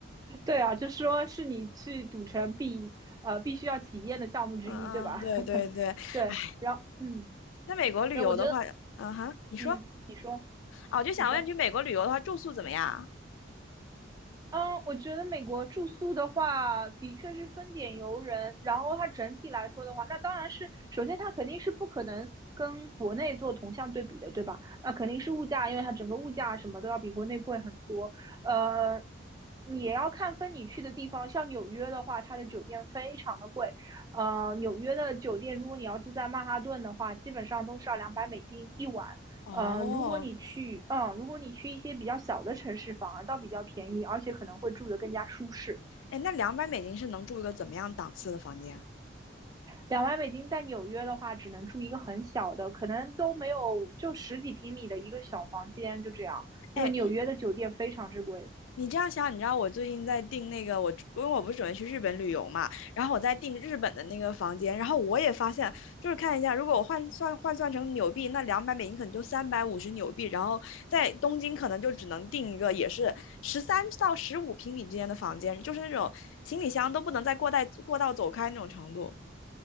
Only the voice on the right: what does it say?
对啊，就说是你去赌城必呃必须要体验的项目之一，
对吧？
<laughs> 对，
然后嗯，
然后我觉得
嗯，你说
你说。
嗯，我觉得美国住宿的话，的确是分点游人。然后它整体来说的话，那当然是首先它肯定是不可能跟国内做同向对比的，对吧？那肯定是物价，因为它整个物价什么都要比国内贵很多。呃，你也要看分你去的地方，像纽约的话，它的酒店非常的贵。呃，纽约的酒店，如果你要住在曼哈顿的话，基本上都是要两百美金一晚。
呃，如果你去，嗯，如果你去一些比较小的城市，反而倒比较便宜，而且可能会住得更加舒适。
两万美金在纽约的话，只能住一个很小的，可能都没有，就十几平米的一个小房间，就这样。因为纽约的酒店非常之贵。